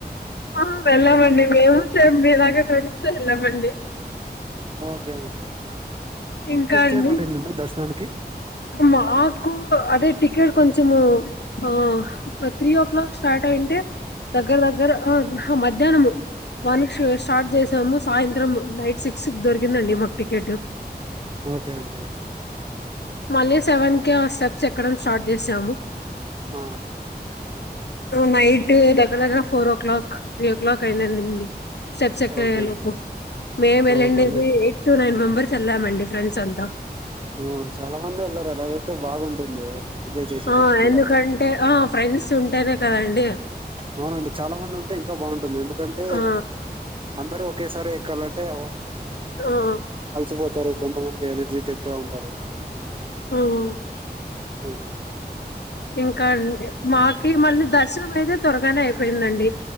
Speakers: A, on the left; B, on the right.
A: ఆ వెళ్ళామండి మేము సేంమీలాగే ఫ్రెండ్స్ తో వెళ్ళామండి
B: ఓకే అండి
A: ఇంకా
B: మీకెంత
A: అండి
B: సేపు పట్టిందండి దర్శనానికి?
A: మాకు అదే టికెట్ కొంచమూ ఆ త్రీ ఓ క్లాక్ స్టార్ట్ అయింటే దగ్గర దగ్గర మధ్యాహ్నము వన్ స్టార్ట్ చేసాము సాయంత్రం నైట్ సిక్స్ దొరికిందండి మాకు టికెట్
B: ఓకే అండి
A: మళ్ళీ సెవెన్కే ఆ స్టెప్స్ ఎక్కడం స్టార్ట్ చేసాము
B: ఆ
A: నైట్ దగ్గర దగ్గర four o'clock three o'clock అయిందండి స్టెప్స్ ఎక్కే
B: ఓకే అండి.
A: లోపు మేము వెళ్లిండేది
B: అవునండి.
A: ఎయిట్ టు నైన్ మెంబర్స్ వెళ్ళామండి ఫ్రెండ్స్ అంతా
B: ఓ చాలా మంది వెళ్లారు అలాగైతే బాగుంటుంది ఎంజాయ్ చేసింటారు
A: ఆ
B: ఫుల్‌గా.
A: ఎందుకంటే ఆ ఫ్రెండ్స్ ఉంటేనే కదండి
B: అవునండి చాలా మంది ఉంటే ఇంకా బాగుంటుంది ఎందుకంటే
A: ఆ
B: అందరు ఒకేసారి ఎక్కాలంటే అవ్వదు
A: ఆ
B: అల్సిపోతరు కొంతమంది ఎనర్జిటెక్గా ఉంటారు
A: ఆహ్
B: ఆ
A: ఇంకాండి మాకి మళ్ళీ దర్శనం అయితే త్వరగానే అయిపోయిందండి